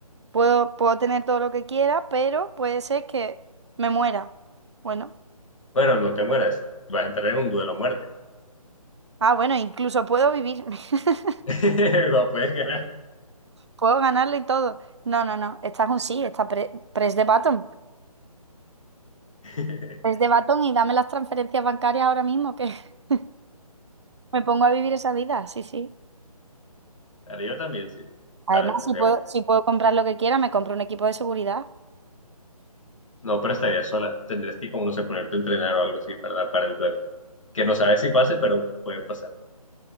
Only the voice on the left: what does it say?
Bueno, no te mueras. Vas a entrar en un duelo a muerte.
<laughs> O puedes ganar.
<laughs>
Dale, yo también, sí.
Para, de
una.
No, pero estaría sola. Tendrías que, como no sé, ponerte a entrenar o algo así para, para el duelo. Que no sabes si pase, pero puede pasar.